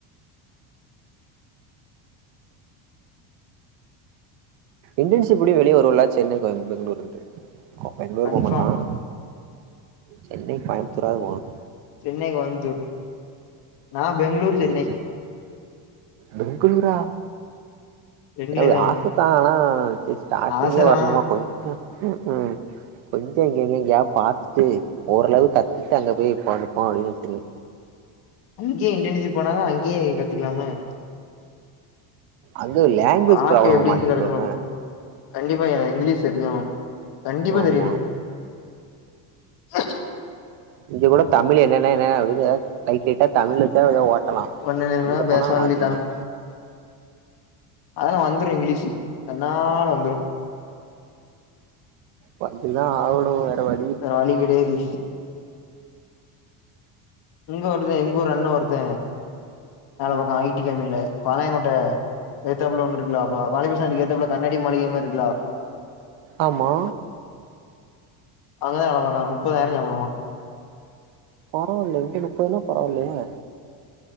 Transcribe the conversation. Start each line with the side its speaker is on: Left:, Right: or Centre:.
Right: இண்டன்சிப்டி வெளியே வருவல சென்னை பெங்களூருன்ட்டு பெங்களூர்
Left: கன்ஃபார்ம்
Right: போக மாட்டான் சென்னை கோயம்புத்தூராது போவான்
Left: சென்னை கோயம்புத்தூர் நான் பெங்களூர் சென்னை
Right: அது இப்ப பெங்களூரா
Left: ரெண்டுல
Right: அது
Left: ஏதோ ஒண்ணு
Right: ஆச ஆனா ஸ்டார்ட்டிங்கே
Left: ஆசதா
Right: வரணுமா கொஞ்சம் ம் ம் கொஞ்சம் எங்க எங்க எங்கயா பார்த்துட்டு ஓரளவு கத்துட்டு அங்கே போய் உட்கார்ந்துபோம் அப்படின்னு வச்சரு
Left: அங்கேயே இன்டர்ன்சிப் போனாதா அங்கேயே கத்துக்கலாம
Right: அங்க லாங்குவேஜ்
Left: பாக்கு
Right: ப்ராப்ளம்
Left: எப்டின்ட்டு
Right: மாட்டிக்கோம
Left: கெடக்கு பாப்போ கண்டிப்பா ஏ இங்கிலீஷ் தெரியும் கண்டிப்பா
Right: ஆமா
Left: தெரியணும் ச
Right: இங்க கூட தமிழ் என்னென்ன என்ன அப்படி லைட் லைட்டா தமிழில் தே ஏதாவாக ஓட்டலாம்
Left: ஒன்னு
Right: அங்கே
Left: பேசவன்லி
Right: போனால் மாட்டிக்கும்
Left: அதெல்லாம் வந்துடும் இங்கிலீஷ் தன்னால வந்துடும்
Right: வந்து தான் ஆகனும் வேர வழி இல்ல
Left: வேற கெடையாது இங்க வருதுன் எங்க ஊர் அண்ணன் வருதுேன் வோல
Right: ம்
Left: பக்கம்ய க பாளையங்கட்ட ஏத்தா ஒ இருா பாலிருஷ்ணாக்கு ஏத்த கண்ணடி மாளிகை இருக்கலா
Right: ஆமா
Left: அங்கே அள பக்கான் முப்பதாயம்மா
Right: பரவாயில்ல இங்க முப்பதுனா பரவில்லையா